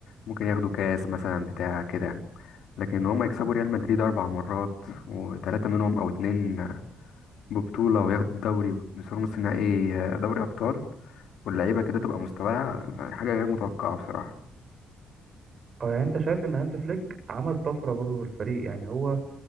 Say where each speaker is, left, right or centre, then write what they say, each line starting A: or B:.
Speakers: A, on the left; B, on the right.
A: ممكن ياخدوا كاس مثلا بتاع كده لكن هما يكسبوا ريال مدريد أربع مرات وتلاتة منهم أو اتنين ببطولة وياخدوا الدوري ويوصلوا نص نهائي آه، دوري أبطال واللعيبة كده تبقى مستواها حاجة غير متوقعة بصراحة
B: اه يعني انت شايف ان هانز فليك عمل طفرة برضه في الفريق يعني هو